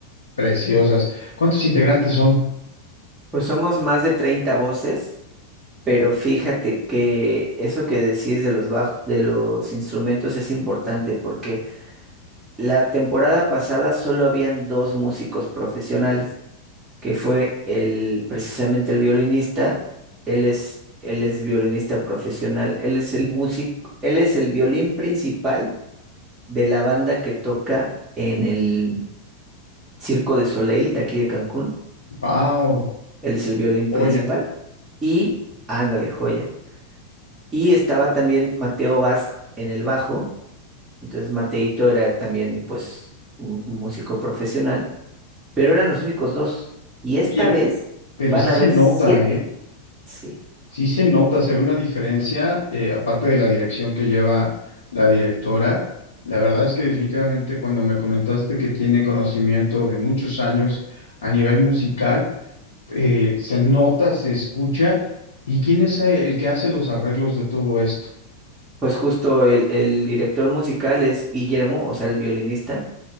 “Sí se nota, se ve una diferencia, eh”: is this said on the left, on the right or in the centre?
Left